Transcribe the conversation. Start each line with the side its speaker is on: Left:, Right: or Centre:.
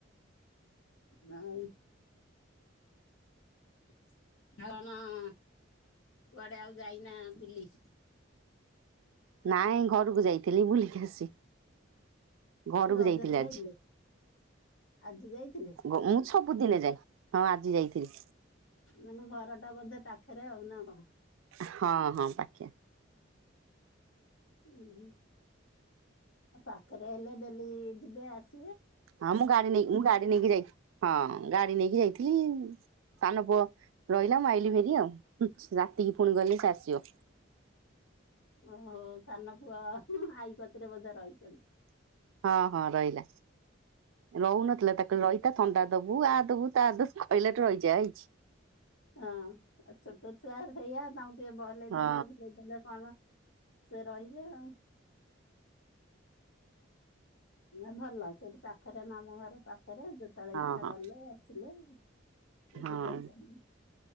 Left: ନାଇଁ। <unintelligible> କୁଆଡେ ଆଉ ଯାଇନା ବୁଲି?
Right: ନାଇଁ ଘରକୁ ଯାଇଥିଲି ବୁଲିକି ଆସିଚି। ଘରକୁ
Left: ରଜରେ
Right: ଯାଇଥିଲି ଆଜି।
Left: ଯାଇଥିଲେ ଆଜି ଯାଇଥିଲେ
Right: ଗ ଉଁ ସବୁଦିନେ ଯାଏ ହଁ ଆଜି ଯାଇଥିଲି।
Left: ମାନେ ଘର ଟା ବୋଧେ ପାଖରେ ଆଉ ନା କଣ?
Right: ହଁ ହଁ ପାଖରେ।
Left: ଉଁ ହୁଁ। ଫାଖରେ ହେଲେ ଡେଲି ଯିବେ ଆସି
Right: ହଁ ମୁଁ ଗାଡି ନେଇ ମୁଁ ଗାଡି ନେଇକି ଯାଇଥିଲି ହଁ ଗାଡି ନେଇକି ଯାଇଥିଲି। ସାନ ପୁଅ ରହିଲା ମୁଁ ଆଇଲିି ଭାରି ଆଉ। ରାତିକି ଫୁଣି ଗଲେ ସେ ଆସିବ।
Left: ଓହୋ ସାନ ପୁଅ ଆଇକତିରେ ବୋଧେ ରହିଛନ୍ତି।
Right: ହଁ ହଁ ରହିଲା। ରହୁନଥିଲା ତାକୁ କହିଲି ରହି ଥଣ୍ଡା ଦବୁ ଆ ଦବୁ ତା ଦେବୁ କହିଲାଠୁ ରହିଯାଇଚି।
Left: ହଁ ଆଉ ଛୋଟ ଛୁଆ ସେଇଆ ତାଙ୍କୁ ଟିକେ ବଲେଇ
Right: ହଁ
Left: ଦେଲେ ଭୁଲେଇ ଦେଲେ କଣ ସେ ରହିବେ ଆଉ। ନାଇ ଭଲ। ସେଇଠି ପାଖରେ ମାମୁଁ ଘର ପାଖରେ ଯେତେବେଳେ
Right: ହଁ
Left: ଇଛା
Right: ହଁ
Left: ଗଲେ ଆସିଲେ। ଏକୁଟିଆ
Right: ହଁ
Left: ଚାଲିଲେ।